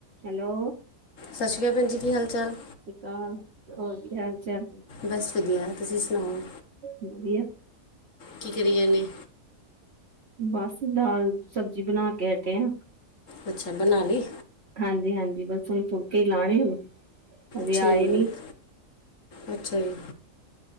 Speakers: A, on the right; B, on the left.
A: Hello
B: ਸਤਿ ਸ਼੍ਰੀ ਅਕਾਲ ਭੈਣ ਜੀ ਕੀ ਹਾਲ ਚਾਲ
A: ਤਾਂ ਹੋਰ ਕੀ ਹਾਲ ਚਾਲ
B: ਬਸ ਵਧੀਆ ਤੁਸੀਂ ਸੁਣਾਓ
A: ਵਧੀਆ
B: ਕੀ ਕਰੀ ਜਾਨੇ
A: ਬਸ ਦਾਲ ਸਬਜ਼ੀ ਬਣਾ ਕੇ ਹਟੇ ਆ।
B: ਅੱਛਾ ਬਣਾ ਲਈ?
A: ਹਾਂਜੀ-ਹਾਂਜੀ, ਬਸ ਹੁਣ ਫੁਲਕੇ ਹੀ ਲਾਣੇ ਹਜੇ
B: ਠੀਕ,
A: ਆਏ ਨੀ।
B: ਅੱਛਾ ਜੀ।